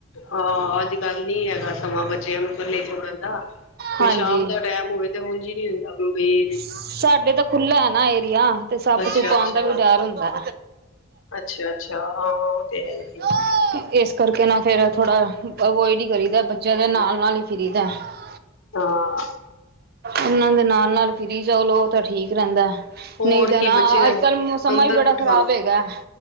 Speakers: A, on the left (about 70°); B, on the right (about 45°).
A: ਹਾਂ ਅੱਜਕੱਲ ਨੀ ਹੈ- ਦਾ ਸਮਾਂ ਬੱਚਿਆਂ ਨੂੰ ਮੱਲੇ ਜੋੜਨ ਦਾ ਫੇਰ
B: ਹਾਂਜੀ
A: ਸ਼ਾਮ ਦਾ ਟੈਮ ਹੋਵੇ ਤੇ ਉਝ ਇ ਨੀ ਹੁੰਦਾ <unintelligible>
B: ਸਾਡੇ ਤਾਂ ਖੁੱਲ੍ਹਾ ਹੈ ਨਾ ਇਹ ਤੇ ਸੱਪ-ਸੁੱਪ
A: ਅੱਛਾ
B: ਪਾਉਣ
A: ਅੱਛਾ
B: ਦਾ ਵੀ ਡਰ ਹੁੰਦਾ
A: ਅੱਛਾ-ਅੱਛਾ ਹਾਂ ਉਹ ਤੇ ਹੈ
B: ਹੈ
A: ਹੀ ਆ
B: ਇਸ ਕਰਕੇ ਨਾ ਫਿਰ ਥੋੜਾ ਅਵੋਇਡ ਹੀ ਕਰੀਦਾ ਬੱਚਿਆਂ ਦੇ ਨਾਲ-
A: ਹੂੰ
B: ਨਾਲ ਹੀ ਫਿਰੀ <unintelligible>
A: ਹਾਂ।
B: ਉਹਨਾਂ ਦੇ ਨਾਲ-ਨਾਲ ਕੀ ਚਲ ਉਹ ਤਾਂ ਠੀਕ ਰਹਿੰਦਾ।
A: ਹੋਰ
B: ਨਹੀਂ ਤਾਂ
A: ਕੀ
B: ਨਾ
A: ਬਚਿਆ
B: ਅੱਜ ਕੱਲ ਸਮਾਂ
A: ਅੰਦਰ
B: ਹੀ ਬੜਾ
A: ਬਿਠਾ,
B: ਖ਼ਰਾਬ ਹੈਗਾ